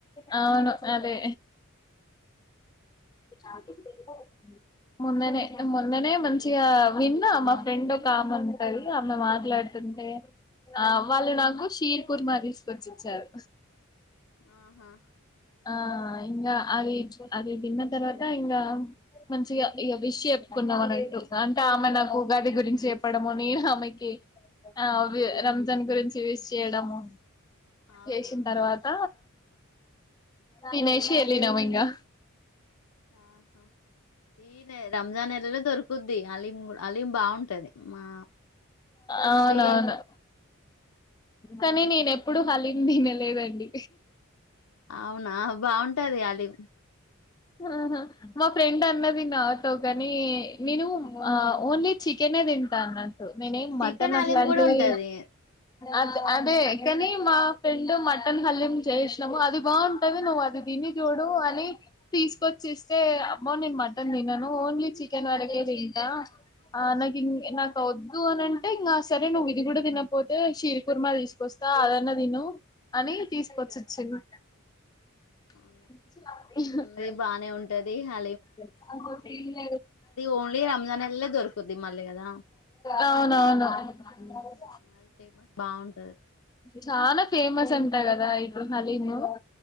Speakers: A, on the left (about 20°); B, on the left (about 85°).
A: ఆ అవును అదే ఇ ఛాన్స్ ఇటు ఇవ్వు మొన్ననే మొన్ననే మంచిగా విన్నా మా ఫ్రెండ్ ఒక ఆమె ఉంటది ఆమె మాట్లాడుత అంటే ఆ వాళ్ళు నాకు షీర్ కుర్మా తీసుకొచ్చి ఇచ్చారు
B: ఆహా
A: ఆ ఇంకా అవి అవి తిన్న తరువాత ఇంకా మంచిగా ఇక విష్ చెప్పుకున్నాం అనట్టు అంటే ఆమె నాకు ఉగాది గురించి చెప్పడము నేను ఆమెకి ఆ అవి రంజాన్ గురించి విష్ చేయడము
B: అవునా
A: చేసిన తరువాత తినేసి వెళ్లినం ఇంగా
B: ఆహా ఈనే రంజాన్ నెలలో దొరుకు కుద్ది అలీం కూడ అలీం బాగుంటది మా
A: అవునవును
B: ఓన్లీ
A: కానీ నేను ఎప్పుడు హాలీ నేను తినలేదు అండి
B: అవునా బాగుంటది ఆలీమ్
A: ఆహ మా ఫ్రెండ్ అన్నది నాతో కాని నేను ఆ ఓన్లీ చికెన్ నే తింటా అన్నట్టు నేను ఏం
B: చికెన్
A: మటన్ అట్లాంటివి
B: అలీం కూడా ఉంటది
A: అద్ అదే కాని మా ఫ్రెండ్ మటన్ హాలీమ్ చేసినాము అది బాగుంటది నువ్వు అది తి తిన్ని జుడో అని తీసుకొచ్చి ఇస్తే ఆమ్మో నేను మటన్ తినను ఓన్లీ చికెన్ వరకే తింటా ఆ నా కింగ్ నాకు వద్దు అని అంటే ఇంకా సరే నువ్వు ఇది కూడా తినపోతే షీర్ కుర్మా తీసుకొస్తా త అది అన్నా తిను అని తీసుకొచ్చొ ఇచ్చిండు
B: ఆ <unintelligible>
A: <unintelligible>
B: అది బాగానే ఉంటది హ
A: ఆ
B: ఓన్లీ రంజాన్ నెలలో దొరుకుద్ది మళ్ళీ కదా
A: అవును నవును
B: ఉమ్, అది ఫేమస్ బాగుంటది
A: చానా ఫేమస్ చెంట గదా ఇడు హలీమో